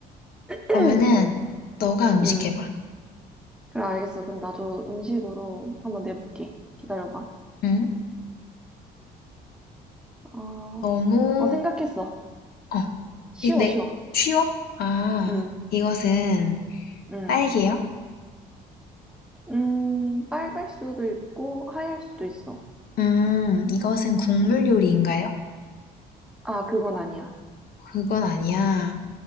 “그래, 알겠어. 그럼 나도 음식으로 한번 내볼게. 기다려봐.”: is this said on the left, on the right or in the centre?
Centre